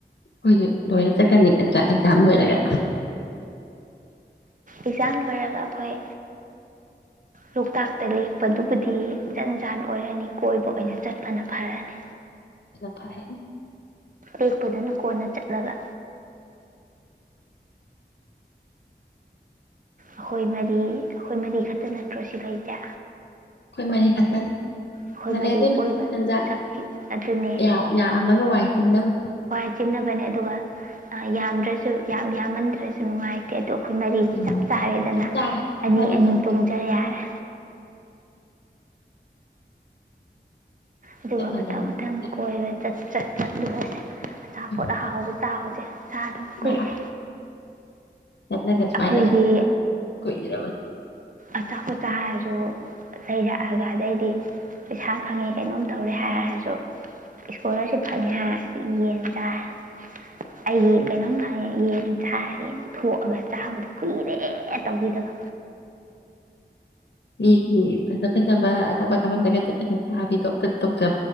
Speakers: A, on the left; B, on the right.
A: ꯑꯩꯈꯣꯏꯁꯨ ꯂꯣꯏꯅ ꯆꯠꯀꯅꯤ ꯅꯠꯇ꯭ꯔꯥ <unintelligible> ꯑꯣꯏꯔꯒ
B: ꯑꯦꯛꯖꯥꯡ ꯂꯣꯏꯔꯒ ꯑꯈꯣꯏ ꯂꯣꯛꯇꯥꯛꯇ ꯂꯦꯛꯄꯗꯨꯕꯨꯗꯤ ꯖꯟ ꯖꯥꯟ ꯑꯣꯏꯔꯅꯤ ꯀꯣꯏꯕ ꯑꯣꯏꯅ ꯆꯠꯄꯅ ꯐꯔꯅꯤ
A: ꯐꯔꯅꯤ
B: ꯂꯦꯛꯄꯗꯨꯅ ꯀꯣꯟꯅ ꯆꯠꯂꯒ ꯑꯈꯣꯏ ꯃꯔꯤ ꯑꯈꯣꯏ ꯃꯔꯤ ꯈꯛꯇ ꯅꯠꯇ꯭ꯔꯣ ꯁꯤ ꯂꯩꯁꯦ
A: ꯑꯈꯣꯏ ꯃꯔꯤ ꯈꯛꯇꯅꯤ
B: ꯑꯈꯣꯏ
A: ꯐꯔꯦ
B: ꯃꯔꯤ
A: ꯑꯗꯨꯅ
B: ꯀꯣꯏꯕ
A: ꯇꯟꯖꯥ
B: ꯆꯈꯤ ꯑꯗꯨꯅꯦ
A: ꯌꯥꯝ ꯌꯥꯝꯃꯒ ꯋꯥꯏ ꯆꯤꯟꯗꯝꯅꯤ
B: ꯋꯥꯢ ꯆꯤꯟꯅꯕꯅꯦ ꯑꯗꯨꯒ ꯌꯥꯝꯗ꯭ꯔꯁꯨ ꯌꯥꯝ ꯌꯥꯝꯃꯟꯗ꯭ꯔꯁꯨ ꯅꯨꯡꯉꯥꯏꯇꯦ ꯑꯣ ꯑꯩꯈꯣꯏ ꯃꯔꯤꯗꯤ
A: ꯎꯝ
B: ꯆꯞ ꯆꯥꯔꯦꯗꯅ
A: ꯆꯞ ꯆꯥꯔꯦ
B: ꯑꯅꯤ
A: ꯃꯔꯤ
B: ꯑꯅꯤ
A: ꯆꯞ
B: ꯇꯣꯡꯖ ꯌꯥꯔꯦ ꯑꯗꯨꯒ
A: ꯆꯠꯂꯗꯕꯅꯤ
B: ꯃꯊꯪ ꯃꯊꯪ
A: ꯍꯦꯛꯇ
B: ꯀꯣꯏꯕ <unintelligible> ꯑꯆꯥꯄꯣꯠ
A: ꯎꯝ
B: ꯑꯍꯥꯎꯕ ꯇꯥꯕ <inaudible> ꯆꯥꯗꯕ ꯀꯨꯏꯔꯦ
A: ꯃꯥꯅꯤ ꯆꯠꯂꯒ ꯁꯨꯃꯥꯏꯅ
B: ꯑꯩꯈꯣꯏꯗꯤ
A: ꯑꯁꯦꯡꯕ ꯀꯨꯏꯔꯕ
B: ꯑꯆꯥꯄꯣꯠꯇ ꯍꯥꯏꯔꯁꯨ ꯂꯩꯔꯛꯑꯒ ꯑꯗꯩꯗꯤ ꯄꯩꯁꯥ ꯐꯪꯉꯦ ꯀꯩꯅꯣꯝ ꯇꯧꯔꯦ ꯍꯥꯏꯔꯁꯨ ꯏꯁꯀꯣꯂꯥꯔꯁꯤꯞ ꯐꯪꯉꯦ ꯍꯥꯏꯔꯁꯨ ꯌꯦꯟ ꯆꯥꯏ ꯑꯩꯒꯤ ꯀꯩꯅꯣꯝ ꯐꯪꯉꯦ ꯌꯦꯟ ꯆꯥ ꯌꯦꯟ ꯊꯣꯛꯑꯒ ꯆꯥꯕꯗ ꯀꯨꯏꯔꯦ ꯇꯧꯈꯤꯗꯕ
A: ꯃꯤꯒꯤ ꯐꯖ ꯐꯖꯕ ꯑꯆꯥꯄꯣꯠ ꯆꯥꯕꯝꯗꯒ ꯆꯠꯂꯒ ꯆꯦꯕꯤꯗꯣ ꯑꯝꯇ ꯇꯧꯖ